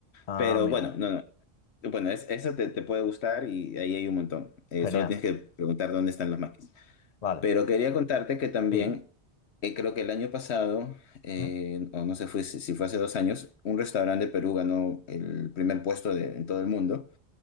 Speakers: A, on the left; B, on the left.
A: Ah,
B: Pero
A: amigo.
B: bueno, no, no. Bueno, es- eso te, te puede gustar y ahí hay un montón. Eh,
A: Genial.
B: solo tienes que preguntar dónde están los maquis.
A: Vale.
B: Pero quería contarte que también,
A: Sí.
B: eh, creo que el año pasado, eh,
A: ¿Mm?
B: o no sé fue, si si fue hace dos años, un restaurante de Perú ganó el primer puesto de- en todo el mundo